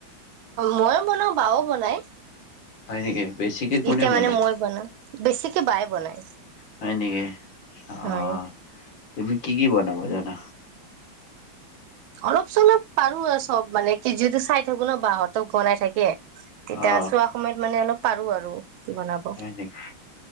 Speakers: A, on the right; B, on the left.
A: মইয়ো বনাও বাও বনাই।
B: হয় নেকি? বেছিকে কোনে
A: এতিয়া
B: বনাই
A: মানে মই বনাওঁ, বেছিকে বাই বনাই।
B: হয় নেকি? অ'
A: হয়
B: তুমি কি কি বনাব জানা?
A: অলপ চলপ পাৰো আৰু চ'ব মানে কি যিহেতু চাই থাকো ন বাহঁতক বনাই থাকে। তেতিয়া
B: অ
A: চোৱা সময়ত মানে অলপ পাৰো আৰু। বনাব
B: হয় নেকি?